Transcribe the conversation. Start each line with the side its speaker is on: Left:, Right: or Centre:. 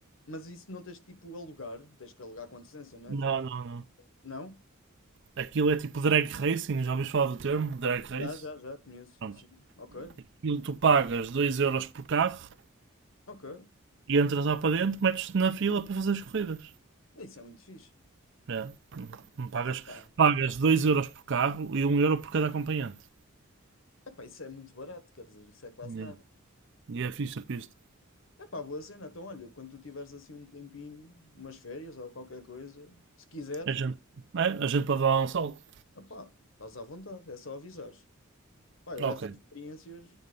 Left: Mas isso não tens que, tipo alugar, tens que alugar com antecedência, não é?
Right: Não,
Left: Tratar-
Right: não, não.
Left: Não?
Right: Aquilo é tipo drag racing, já ouviste falar do termo? Drag race?
Left: Já, já, já, conheço.
Right: Pronto.
Left: Sim. Ok,
Right: Aquilo tu pagas dois euros por carro
Left: ok.
Right: e entras lá para dentro, metes-te na fila para fazer as corridas.
Left: Isso é muito fixe.
Right: É. Hum, Pagas,
Left: Epá.
Right: pagas 2€ euros por carro e um euro por cada acompanhante.
Left: Epá, isso é muito barato, quer dizer, isso é quase
Right: Yeah.
Left: nada.
Right: E é fixe a pista.
Left: Epá, boa cena. Então, olha, quando tu tiveres assim um tempinho, umas férias ou qualquer coisa, se quiseres.
Right: A gente, é, a gente pode dar lá um salto.
Left: Ah pá, estás à vontade, é só avisares. Pá, eu
Right: Ok.
Left: essas experiências,